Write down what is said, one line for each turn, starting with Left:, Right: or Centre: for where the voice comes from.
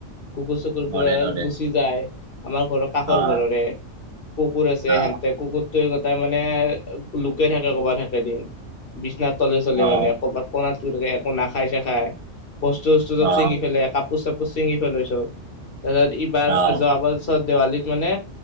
Left: কুকুৰ চুকুৰ।
Right: নৰে নৰে
Left: পি যায়, আমাৰ ঘৰৰ কাষৰ
Right: অ'
Left: ঘৰৰে কুকুৰ আছে সিহতে
Right: অ'
Left: কুকুৰ। গটাই মানে লোকে থাকে কবাত থাকে দিন বিছনাত তলে চলে
Right: অ'
Left: মানে কবাত। কনাত লুকাই একো নাখাই চখাই, বস্তু - চস্তু চব
Right: অ'
Left: চিঙি পেলাই। কাপোৰ চাপোৰ চিঙি পেলাই চব তাৰ পিছত এইবাৰ
Right: অ'
Left: যোৱ পাৰিছত দেৱালীত মানে